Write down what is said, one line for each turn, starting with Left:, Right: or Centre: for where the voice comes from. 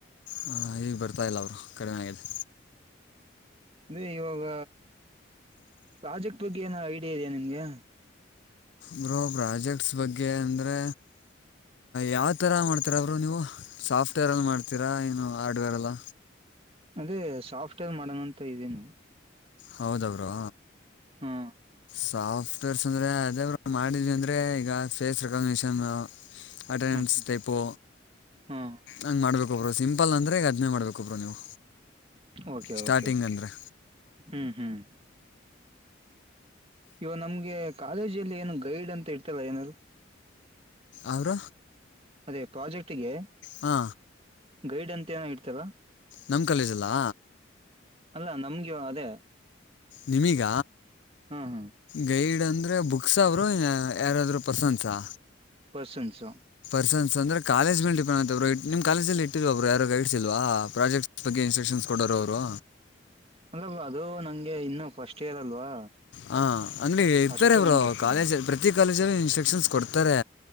Left: ಹಾ ಈಗ್ ಬರ್ತಾ ಇಲ್ಲ ಅವರು ಕಡಿಮೆ ಆಗಿದ್ದ
Right: ಅೇ <unintelligible> ಇವಾಗ ಪ್ರಾಜೆಕ್ಟ್ ಬಗ್ಗೆ ಏನೋ ಐಡಿಯಾ ಇದೆಯಾ ನಿಮ್ಗೆ
Left: ಬ್ರೋ ಪ್ರಾಜೆಕ್ಟ್ಸ್ ಬಗ್ಗೆ ಅಂದ್ರೆ ಯಾವ್ತರ ಮಾಡ್ತೀರಾ ನೀವು ಸಾಫ್ಟ್ವೇರಲ್ಲಿ ಮಾಡ್ತೀರಾ ಏನು ಹಾರ್ಡ್ವೇರ್ಲ್ಲ
Right: ಅದೇ ಸಾಫ್ಟ್ವೇರ್ ಮಾಡೋಣಂತ ಇದೇನೆ
Left: ಹೌದಾ ಬ್ರೋ
Right: ಹಾ
Left: ಸಾಫ್ಟ್ವೇರ್ಸ್ ಅಂದರೆ ಅದೇ ಮಾಡಿದ್ವಿ ಅಂದರೆ ಈಗ ಫೇಸ್ ರೆಕಾಗನೇಷನ್ ಅಟೆಂಡೆನ್ಸ್
Right: ಹ್ಮ್ ಹ್ಮ್
Left: ಟೈಪು
Right: ಹ್ಮ್
Left: ಹಂಗ್ ಮಾಡ್ಬೇಕ ಒಬ್ರು ಸಿಂಪಲ್ ಅಂದ್ರೆಗ ಯಜನೇ ಮಾಡಬೇಕಬ್ರ ನೀವು
Right: ಓಕೆ
Left: ಸ್ಟಾರ್ಟಿಂಗ್
Right: ಓಕೆ
Left: ಅಂದರೆ
Right: ಹ್ಮ್ ಹ್ಮ್ ಇವ ನಮ್ಗೆ ಕಾಲೇಜಲ್ಲಿ ಏನು ಗೈಡ್ ಅಂತ ಇರ್ತಾರ ಏನಾದ್ರು
Left: ಅವರ
Right: ಅದೇ ಪ್ರಾಜೆಕ್ಟ್ಗೆ
Left: ಹಾ
Right: ಗೈಡ್ ಅಂತ ಏನ ಇಡ್ತಾರ
Left: ನಮ ಕಾಲೇಜ್ಲ್ಲಾ
Right: ಅಲ್ಲ ನಮ್ಗೆ ಅದೇ
Left: ನಿಮೀಗ
Right: ಹಾ ಹಾ
Left: ಗೈಡ್ ಅ ಅಂದ್ರೆ ಬುಕ್ಸ್ ಅವರು ಯಾರಾದ್ರು ಪ್ರಸನ್ಸಾ
Right: ಪಸನ್ಸೊ
Left: ಸಸನ್ಸ್ ಅಂದ್ರ ಕಾಲೇಜ್ ಮಲ್ಪ ಅಂತರು ನಿಮ ಕಾಲೇಜ ಅಲ್ಲಿ ಇಟ್ಟರುಬ್ರು ಯಾರೋ ಗೈಡ್ಸ್ಲ್ ಪ್ರಾಜೆಕ್ಟ್ಸ್ಗ್ ಇಸ್ಟ್ರಕ್ಷನ್ಸ್ ಕೊಡೋರ ಅವರು
Right: ಅಲ್ಲಲ್ ಅದು ನಂಗೆ ಇನ್ನು ಫಸ್ಟ್ ಇಯರ್ ಅಲ್ವಾ
Left: ಹಾ ಅಂದ್ರೆ ಇರ್ತಾರೆ
Right: ಅಷ್ಟೊಂದು
Left: ಅವರು
Right: ಗೊತ್ತಿಲ್ಲ
Left: ಕಾಲೇಜ ಪ್ರತಿ ಕಾಲೇಜಲ್ಲಿ ಇನ್ಸ್ಟ್ರಕ್ಷನ್ಸ್ ಕೊಡ್ತಾರೆ